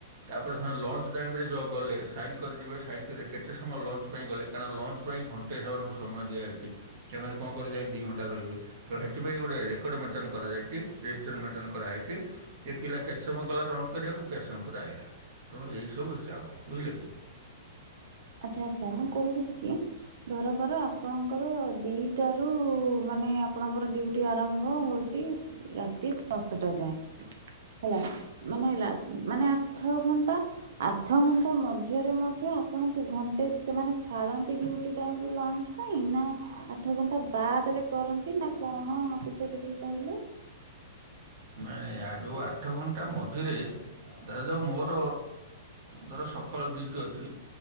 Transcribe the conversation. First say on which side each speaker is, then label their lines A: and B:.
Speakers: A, on the right; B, on the right.
A: ତାପରେ ସେମାନେ ଲଞ୍ଚ ଟାଇମରେ ଯେଉଁ ଗଲେ ସାଇନ୍ କରିଯିବେ ସାଇନ୍ କରେ କେତେ ସମୟ ଲଞ୍ଚ ପାଇଁ ଗଲେ କାରଣ ନା ଲଞ୍ଚ ପାଇଁ ଘଣ୍ଟ ଗୋଟେ ସେମାନଙ୍କୁ ସମୟ ଦିଆଯାଇଛି। ସେମାନେ କଣ <unintelligible> ଦୁଇ ଘଣ୍ଟା ରହିବେ ତ ସେଥିପାଇଁ ଗୋଟେ ରେକର୍ଡ଼ ମେଣ୍ଟେନ କରାଯାଇଛି ରେଜିଷ୍ଟର ମେଣ୍ଟେନ କରାହୋଇଛି ଯେ ପିଲା କେଶବ ଗଲା ରଞଜ କରିବାକୁ କେଶବ ପୁରାହିଲା ତେଣୁ ଏହିସବୁ ହେଇଛି ଆପଣ ବୁଝିଲେ
B: ଆଚ୍ଛା ଆଚ୍ଛା ମୁଁ କହୁଥିଲି କି ଧର କର ଆପଣଙ୍କର ଦିଟାରୁ ମାନେ ଆପଣଙ୍କର ଡ୍ୟୁ ଟି ଆରମ୍ଭ ହଉଛି ରାତି ଦଶଟା ଯାଏଁ ହେଲା ମାନେ ହେଲା ମାନେ ଆଠ ଘଣ୍ଟା ଆଠ ଘଣ୍ଟା ମଧ୍ୟରେ ମଧ୍ୟ ଆପଣଙ୍କୁ ଘଣ୍ଟେ ସେମାନେ ଛାଡ଼ନ୍ତି ଡ୍ୟୁଟି ଟାଇମରୁ ଲଞ୍ଚ କଣ ପାଇଁ ନା ଆଠ ଘଣ୍ଟା ବାଦରେ କରନ୍ତି ନା କଣ ମତେ ବିଷୟରେ ଟିକେ କହିଲେ?
A: ମାନେ ଆ ଯୋଉ ଆଠ ଘଣ୍ଟା ମଝିରେ ଧରାଯାଉ ମୋର ଧର ସକାଳୁ ଡ୍ୟୁଟି ଅଛି